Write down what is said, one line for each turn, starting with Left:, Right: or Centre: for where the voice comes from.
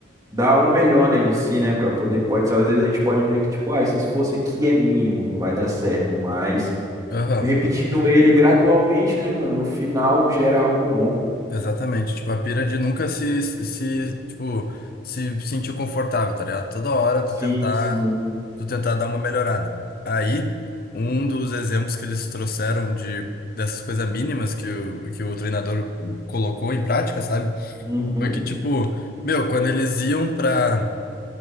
Right: dá o melhor, né, de si, né, Pra poder, pode, às vezes a gente pode ver que, tipo, ah, esse esforço aqui é mínimo, não vai dar certo, mas
Left: Aham.
Right: repetindo ele gradualmente, né, mano, no final gera algo bom.
Left: Exatamente, tipo, a pira de nunca se, se, tipo, se sentir confortável, tá ligado? Toda hora tu
Right: Sim,
Left: tentar,
Right: sim.
Left: tu tentar dar uma melhorada. Aí, um dos exemplos que eles trouxeram de dessas coisas mínimas que o, que o treinador colocou em prática, sabe?
Right: Uhum.
Left: Foi que, tipo, meu, quando eles iam pra,